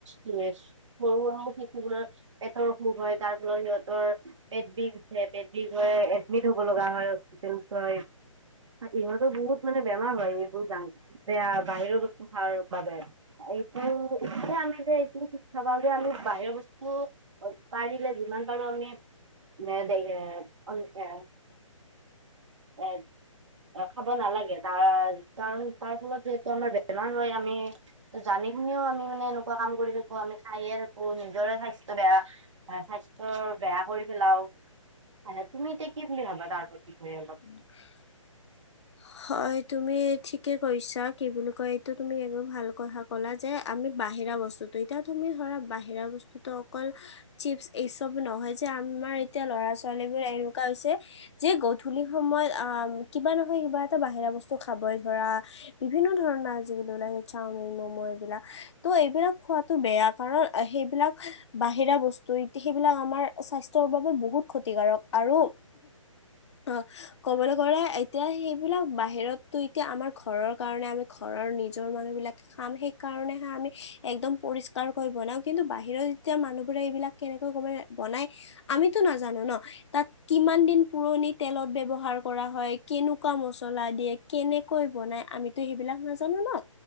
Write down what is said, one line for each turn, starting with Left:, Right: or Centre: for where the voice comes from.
Right: কি হস, <unintelligible> পেটৰ অসুখ হয়, তাৰ ফলত সিহঁতৰ পেট বিষ উঠে পেট বিষ। হ এডমিট হ'ব লগা হয় হস্পিটেলত। এইবোৰৰ বহুত মানে বেমাৰ হয়। এইবোৰ জাংক এয়া বাহিৰৰ বস্তু খোৱাৰ বাবে। এইটোৱে এতিয়া আমি যে শিক্ষা পাওঁ যে হ'লে আমি বাহিৰৰ বস্তু! অ', পাৰিলে যিমান পাৰোঁ আমি দে অম এয়া। এ এ খাব নালাগে, তাৰ ফলত যিহেতু আমাৰ বেমাৰ হয়, আমি! জানি শুনিও আমি মানে এনেকুৱা কাম কৰি থাকোঁ আমি খাইয়ে থাকোঁ। নিজৰেই স্বাস্থ্য বেয়া, স্বাস্থ্য বেয়া কৰি পেলাওঁ। মানে তুমি এতিয়া কি বুলি ভাবা তাৰ প্ৰতিকে অলপ।
Left: <inaudible> হয় তুমি ঠিকেই কৈছা, কি বুলি কওঁ এইটো তুমি এনেও ভাল কথা ক'লা যে! আমি বাহিৰা বস্তুটো, এতিয়া তুমি ধৰা বাহিৰা বস্তুটো অকল! চিপছ এইচব নহয় যে আমাৰ এতিয়া ল'ৰা ছোৱালীবোৰ যে এনেকুৱা হৈছে! যে গধূলি সময়ত উম কিবা নহয় কিবা! এতিয়া বাহিৰা বস্তু খাবই ধৰা, বিভিন্ন ধৰণৰ যিকোনো চাওমিন ম'ম' এইবিলাক। ত' এইবিলাক খোৱাটো বেয়া কাৰণ সেইবিলাক বাহিৰা বস্তু এতি সেইবিলাক আমাৰ স্বাস্থ্যৰ বাবে বহুত ক্ষতিকাৰক। আৰু! অ', ক'বলৈ গ'লে এতিয়া সেই! এইবিলাক বাহিৰতটো এতিয়া আমাৰ ঘৰৰ কাৰণে আমি ঘৰৰ নিজৰ মানুহবিলাক আমি হাৰিকাৰণে আমি একদম পৰিষ্কাৰ কৰি বনাওঁ কিন্তু বাহিৰত যেতিয়া মানুহবোৰে এইবিলাক! কেনেকৈ কৰি বনাই। আমি তো নাজানোঁ ন তাত কিমান দিন পুৰণি তেলত ব্যৱহাৰ কৰা হয়, কেনেকৈ কেনেকুৱা মছলা দিয়ে, কেনেকৈ বনাই আমি তো সেইবিলাক নাজানোঁ ন।